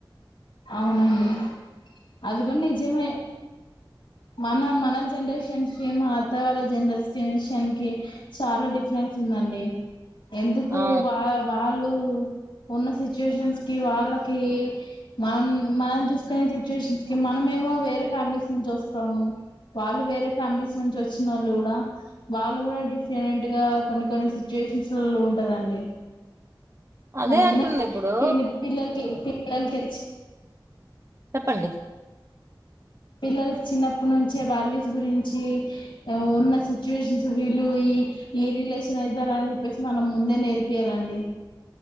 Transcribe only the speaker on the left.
అవునండి అది కూడా నిజమే మన మన జనరేషన్ కి, మన అత్త వాళ్ళ జనరేషన్స్ కి చాలా డిఫరెన్స్ ఉందండి. ఎందుకు
వా వాళ్ళు ఉన్న సిచ్యుయేషన్స్ కి వాళ్ళకి మనం మనం చూసుకునే సిచ్యుయేషన్స్ కి, మనం ఏ మో వేరే ఫ్యామిలీస్ నుంచి వస్తాము. వాళ్ళు వేరే ఫ్యామిలీస్ నుంచి వచ్చిన, వాళ్ళు కూడా వాళ్ళు కూడా డిఫరెంట్ గా, కొన్ని కొన్ని సిచ్యుయేషన్స్ లో ఉంటదండి.
అందుకనే
పిల్లలకి పిల్లలకి
పిల్లలు చిన్నప్పటి నుంచే వాల్యూస్ గురించి, ఉన్న సిచ్యువేషన్స్ వీళ్ళు ఈ ఏ రిలేషన్ అయిద్దారా? అని చెప్పేసి మనం ముందే నేర్పియాలండి.